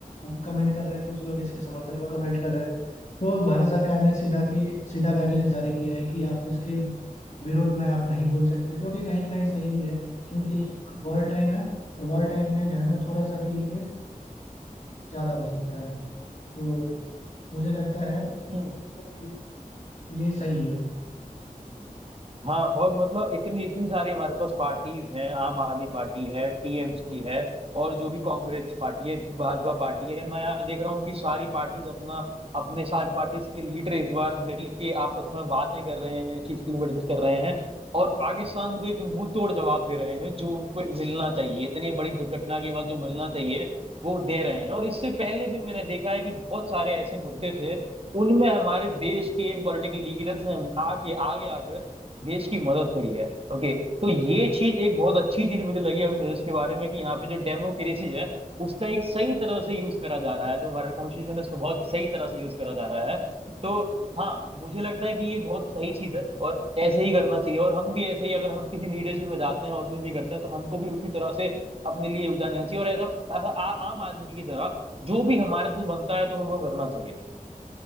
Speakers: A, on the left; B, on the right.
A: कमेंट कर रहे हैं कुछ लोग इसके समर्थन में कमेंट कर रहे हैं तो भारत सरकार ने सीधा की सीधा गाइडलाइंस जारी किया है कि आप इसके विरोध में आप नहीं बोल सकते जो कि कहीं ना कहीं सही भी है क्योंकि ये वॉर टाइम है और वॉर टाइम में जो है ना थोड़ा सा भी लीकेज ज़्यादा हो सकता है तो मुझे लगता है
B: से
A: कि ये सही है
B: हाँ और मतलब इतनी इतनी सारी हमारे पास पार्टीज हैं आम आदमी पार्टी है टीएमसी है और जो भी कांग्रेस पार्टी है भाजपा पार्टी है मैं यहाँ देख रहा हूँ कि सारी पार्टीज अपना अपने सारी पार्टीज के लीडर इस बार मिलके आपस में बातें कर रहे हैं चीज के लिए डिस्कस कर रहे हैं और पाकिस्तान को एक मुंह तोड़ जवाब दे रहे हैं जो उनको मिलना चाहिए इतनी बड़ी दुर्घटना के बाद जो मिलना चाहिए वो दे रहे हैं और इससे पहले भी मैंने देखा है कि बहुत सारे ऐसे मुद्दे थे उनमें हमारे देश के इन पॉलिटिकल लीडर्स ने आके आगे आकर देश की मदद करी है ओके तो ये चीज एक बहुत अच्छी चीज मुझे लगी अपने देश के बारे में कि यहाँ पे जो डेमोक्रेसी है उसका एक सही तरह से यूज करा जा रहा है जो हमारा कॉन्स्टिट्यूशन है उसको बहुत सही तरह से यूज करा जा रहा है तो हाँ मुझे लगता है कि ये बहुत सही चीज है और ऐसे ही करना चाहिए और हम भी ऐसे ही अगर हम किसी लीडरशिप में जाते हैं और कुछ भी करते हैं तो हमको भी उसी तरह से अपने लिए योगदान देना चाहिए और ऐसा ऐसा आ- आम आदमी की तरह जो भी हमारे से बनता है तो हमें वो करना चाहिए